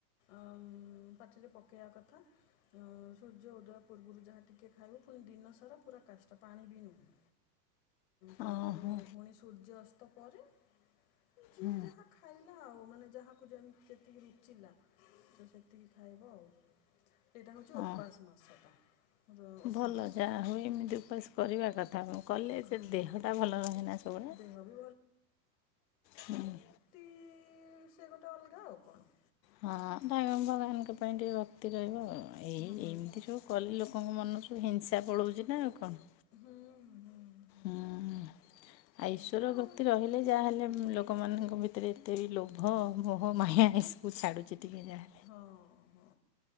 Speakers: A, on the left (about 50°); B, on the left (about 80°).
A: ଆଁ ପାଟିରେ ପକେଇବା କଥା ଆଁ ସୂର୍ଯ୍ୟ ଉଦୟ ପୂର୍ବୁରୁ ଯାହା ଟିକେ ଖାଇବୁ ଫୁଣି ଦିନ ସାରା ପୁରା କାଷ୍ଟା ପାଣି ବି ନୁହେଁ ତାପରେ
B: ଓହୋ
A: ଫୁଣି ସୂର୍ଯ୍ୟଅସ୍ତ ପରେ ଯିଏ
B: ହୁଁ।
A: ଯାହା ଖାଇଲା ଆଉ ମାନେ ଯାହାକୁ ଯେମି ଯେତିକି ରୁଚିଲା ସିଏ ସେତିକି ଖାଇବ ଆଉ ସେଇଟା ହଉଛି
B: ହଁ
A: ଓପାସ ମାସଟା ଓଷା
B: ଭଲ
A: ମାସଟା
B: ଯାହା ହଉ ଏମିତି ଓପାସ କରିବା କ ଥା କଲେ ସେ
A: ହଁ
B: ଦେହଟା ଭଲ ରହେନା ସବୁବେଳେ
A: ଦେହ ବି
B: ହୁଁ
A: ତି ସେ ଗୋଟେ ଅଲଗା ଆଉ କଣ?
B: ହଁ <inaudible> ଭଗବାନଙ୍କ ପାଇଁ ଟିକେ ଭକ୍ତି ରହିବ ଆଉ ଏଇ
A: ହୁଁ
B: ଏମିତି ସବୁ କଲି ଲୋକ ମନରୁ ସବୁ ହିଂସା ପଳୋଉଛି ନା ଆଉ କଣ?
A: ହୁଁ ହୁଁ।
B: ହୁଁ ଆ
A: ଏମିତି
B: ଈଶ୍ଵର
A: ଆଉ
B: ଭକ୍ତି ରହିଲେ ଯାହେଲେ ଲୋକ୍ ଲୋକମାନଙ୍କ ଭିତରେ ଏତେ ବି ଲୋଭ ମୋହ ମାୟା ଏସବୁ ଛାଡ଼ୁଛି ଟିକେ ଯାହା
A: ହଁ ହଁ।